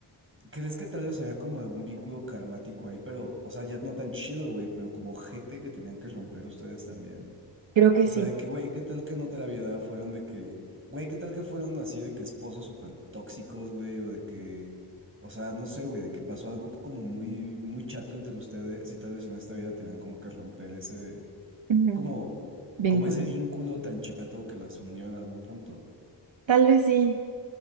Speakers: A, on the right (about 25°); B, on the right (about 85°).
A: ¿crees que tal vez había como algún vínculo karmático ahí? Pero, o sea, ya no tan chido, güey, pero como gente que tenían que romper ustedes también.
B: Creo que
A: O
B: sí.
A: sea, de que, güey, ¿qué tal que en otra vida fueron de que, güey, ¿qué tal que fueron así de que esposos súper tóxicos, güey? O de que, o sea, no sé, güey, de que pasó algo como muy, muy chato entre ustedes y tal vez en esta vida tenían como que romper ese,
B: Ujú.
A: como,
B: Vínculo.
A: como ese vínculo tan chato que las unió en algún punto.
B: Tal vez sí.